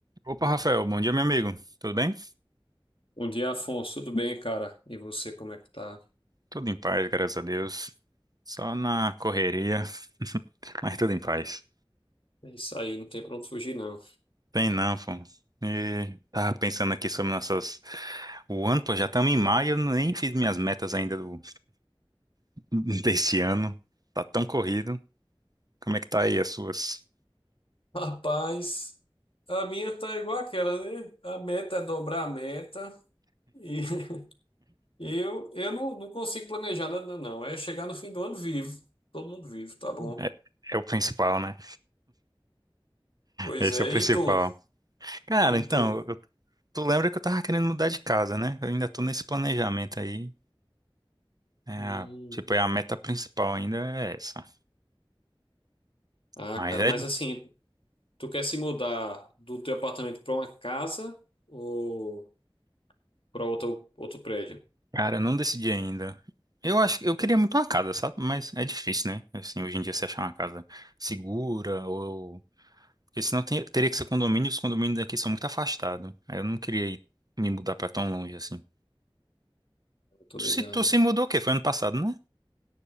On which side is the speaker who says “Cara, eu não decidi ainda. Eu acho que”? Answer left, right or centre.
Right